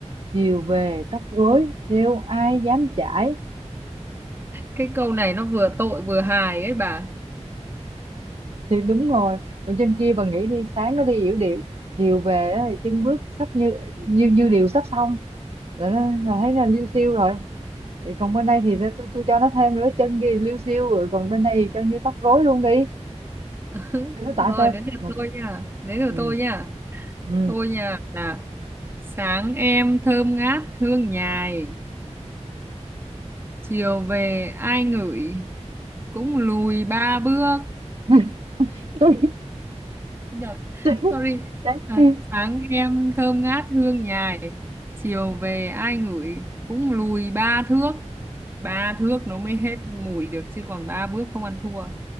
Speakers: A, on the right; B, on the right.
A: chiều về tóc rối kêu ai dám chải
B: cái câu này nó vừa tội vừa hài ấy bà
A: thì đúng rồi còn trên kia bà nghĩ đi sáng nó đi yểu điệu chiều về á thì chân bước sắp như như như điều sắp xong là, nó- là thấy là liêu xiêu rồi thì còn bên đây thì tôi, tôi cho nó thêm nữa chân kia liêu xiêu rồi còn bên đây thì cho như tóc rối luôn đi
B: <laughs>
A: tôi nói
B: rồi
A: tả chơi
B: đến lượt
A: mà
B: tôi nha đến lượt
A: ừ
B: tôi nha
A: ừ
B: tôi nha là sáng em thơm ngát hương nhài chiều về ai ngửi cũng lùi ba bước
A: <laughs> tôi
B: nhầm
A: tôi
B: sorry
A: tôi-
B: à, sáng em thơm ngát hương nhài chiều về ai ngửi cũng lùi ba thước ba thước nó mới hết mùi được chứ còn ba bước không ăn thua